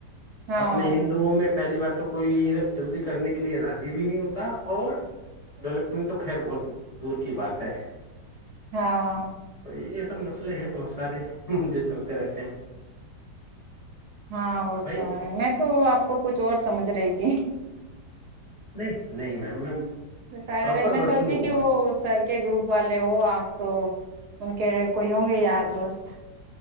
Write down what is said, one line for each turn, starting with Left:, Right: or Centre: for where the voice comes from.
Right: ہاں
Left: اپنے ہندوؤں میں پہلی بات تو کوئی جلدی کرنے کے لیے راضی بھی نہیں ہوتا اور ڈیولپمنٹ تو خیر بہت دور کی بات ہے
Right: ہاں
Left: تو یہ سب مسئلے ہیں بہت سارے جو چلتے رہتے ہیں
Right: ہاں وہ
Left: بھائی
Right: تو ہے میں تو آپ کو کچھ اور سمجھ رہی تھی
Left: نہیں نہیں میم میں
Right: وسارے
Left: پراپر
Right: میں
Left: ورکنگ
Right: سوچی
Left: ہوں
Right: کہ
Left: میم
Right: وہ سر کے گروپ والے ہو آپ تو ان کے کوئی ہوں گے یار دوست